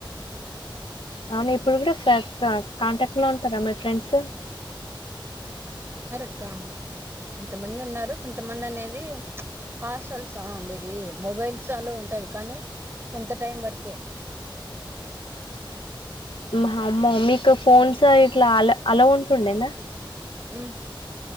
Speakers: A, on the left (about 80°); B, on the right (about 30°).
A: అవునా ఇప్పుడు కూడా స ఇ కాంటాక్ట్ లో ఉంటారా మీ ఫ్రెండ్స్
B: ఇ కొంతమంది ఉన్నారు కొంతమంది అనేది హాస్టల్సా ఉండేది మొబైల్స్లో ఉంటాది కానీ కొంత టైం వరకే
A: మా అమ్మ మీకు ఫోన్స్ ఇట్లా అలో అల్లో ఉంటుండేనా
B: మ్